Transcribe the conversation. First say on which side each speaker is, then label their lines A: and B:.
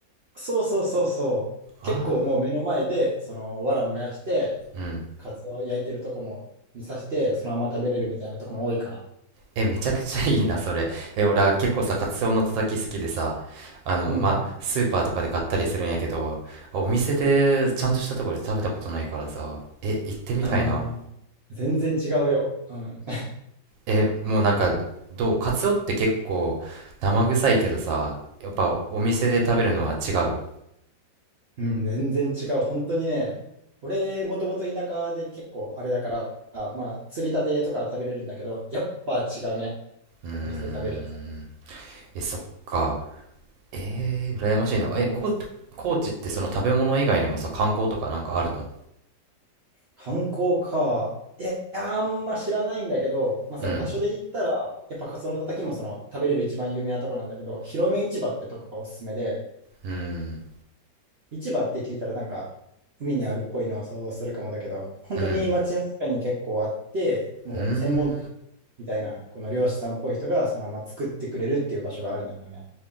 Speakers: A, on the right (about 60°); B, on the right (about 85°).
A: そうそうそうそう。
B: あ
A: 結構もう目の前で、その、藁燃やして、
B: あー、うん。
A: カツオ焼いてるとこも見さして、そのまま食べれるみたいなとこも多いから。
B: え、めちゃくちゃいいな、それ。え、俺は結構さ、カツオのたたき好きでさ、あの、
A: うん。
B: まあ、スーパーとかで買ったりするんやけど、お店でちゃんとしたところで食べたことないからさ、え、行ってみたいな。
A: あー全然違うよ。うん。
B: え、もうなんか、どうカツオって結構生臭いけどさ、やっぱお店で食べるのは違う。
A: <laughs> うん、全然違う。本当にね、俺、もともと田舎で結構あれだから、まあ、釣りたてとか食べれるんだけど、やっぱ違うね。
B: うーん。
A: お店で食べるやつは。
B: え、そっか。えー、羨ましいな。え、
A: もう
B: こ、高知ってその食べ物以外にもさ、観光とかなんかあるの
A: 観光か。いや、あんま知らないんだけど、まあ、
B: うん。
A: その場所で行ったら、やっぱカツオのたたきもその食べれる一番有名なとこなんだけど、広め市場ってとこがおすすめで、
B: うん。
A: 市場って聞いたらなんか海にあるっぽいのを想像するかもだけど、本当に街の中に結構あって、
B: うん。
A: もう専門店
B: うーん。
A: みたいな、この漁師さんっぽい人がそのまま作ってくれるっていう場所があるんだよね。